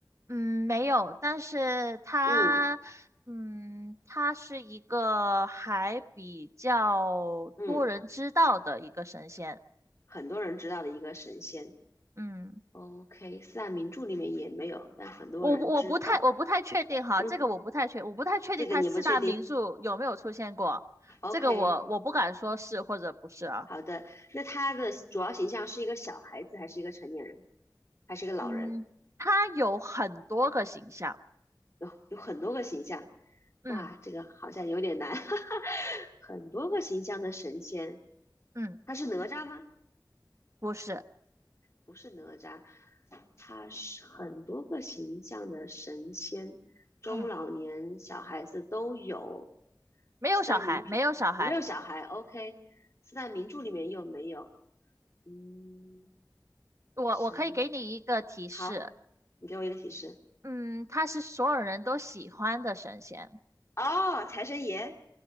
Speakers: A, on the right (about 40°); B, on the left (about 40°).
A: 嗯，没有。但是他，
B: 嗯
A: 嗯，他是一个还比较多人知道的一个神仙。
B: 嗯，很多人知道的一个神仙。
A: 嗯，
B: OK，四大名著里面也没有，但很多人知道。
A: 我不我不太我不太确定哈，
B: 嗯，
A: 这个我不太确我不太确定他四大名著有没有出现过，
B: 这个你不确定。OK，
A: 这个我我不敢说是或者不是啊。
B: 好的。那他的主要形象是一个小孩子，还是一个成年人，还是一个老人？
A: 嗯，他有很多个形象，
B: 有有很多个形象。
A: 嗯
B: 哇，这个好像有点难。<laughs> 很多个形象的神仙，
A: 嗯
B: 他是哪吒吗？
A: 不是，
B: 不是哪吒，他是很多个形象的神仙，中老年小孩子都有。
A: 嗯，没有小孩，
B: 四大名著没有小孩，OK。
A: 没有小孩。
B: 四大名著里面有没有？嗯，
A: 我我可以给你一个提示，
B: 神，好，你给我一个提示。
A: 嗯，他是所有人都喜欢的神仙。
B: 哦，财神爷。